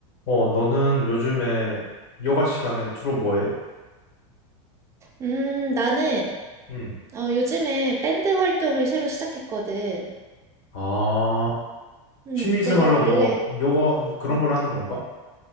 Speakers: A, on the left (about 55°); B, on the right (about 15°).
A: 어, 너는 요즘에 여가 시간에 주로 뭐 해?
B: 음, 나는
A: 응.
B: 어, 요즘에 밴드 활동을 새로 시작했거든.
A: 아,
B: 음,
A: 취미 생활로
B: 내가 원래
A: 뭐 여가 그런
B: 어,
A: 걸 하는 건가?